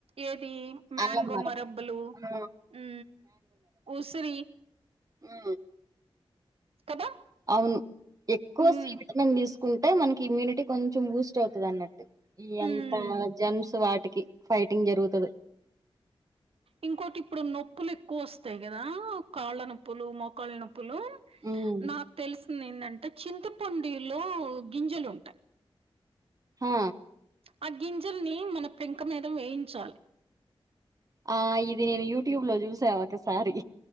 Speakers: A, on the right; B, on the right.
A: ఏది మ్యాంగో
B: అల్లం మరబ్బ
A: మరబ్బులు,
B: ఆ
A: ఉ ఉసిరి
B: ఆ
A: కదా
B: అవును ఎక్కువ
A: మ్మ్
B: సి విటమిన్ తీసుకుంటే మనకి ఇమ్యూనిటీ కొంచెం బూస్ట్ అవుతుది అన్నట్టు. ఎంత
A: మ్మ్
B: జేమ్స్ వాటికి ఫైటింగ్ జరుగుతది.
A: ఇంకోటి ఇప్పుడు నొప్పులు ఎక్కువ వస్తాయి కదా కాళ్ళ నొప్పులు, మోకాళ్ళ నొప్ నొప్పులు
B: హ్మ్.
A: నాకు తెలిసింది ఏంటంటే చింతపొండిలో గింజలు ఉంటాయి.
B: హా
A: ఆ గింజల్ని మన పెంక మీద వేయించాలి.
B: ఆ ఇది నేను యూట్యూబ్ లో చూసా ఒకసారి.